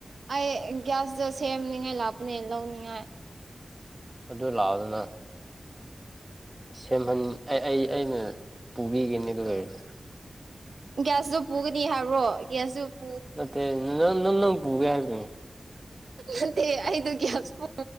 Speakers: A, on the right; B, on the right.
A: ꯑꯩ ꯒ꯭ꯌꯥꯁꯇꯣ ꯁꯦꯝꯅꯤꯡꯉꯥꯏ ꯂꯥꯛꯄꯅꯦ ꯂꯧꯅꯤꯡꯉꯥꯏ
B: ꯑꯗꯨ ꯂꯥꯛꯑꯣꯗꯅꯥ ꯁꯦꯝꯍꯟ ꯑꯦ ꯑꯩ ꯑꯩꯅ ꯄꯨꯕꯤꯒꯅꯤ ꯑꯗꯨ ꯑꯣꯏꯔꯗꯤ
A: ꯒ꯭ꯌꯥꯁꯁꯨ ꯄꯨꯒꯅꯤ ꯍꯥꯏꯕ꯭ꯔꯣ ꯒ꯭ꯌꯥꯁꯁꯨꯨ
B: ꯅꯠꯇꯦ ꯅ ꯅꯪ ꯅꯪ ꯄꯨꯒꯦ ꯍꯥꯏꯕꯅꯤ
A: ꯅꯠꯇꯦ ꯑꯩꯗꯣ ꯒ꯭ꯌꯥꯁ ꯄꯨ